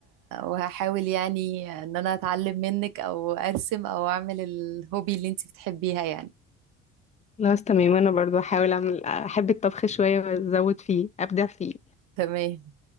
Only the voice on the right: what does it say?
وهحاول يعني ان انا اتعلم منك او ارسم او اعمل الهوبي اللي انت بتحبيها يعني
تمام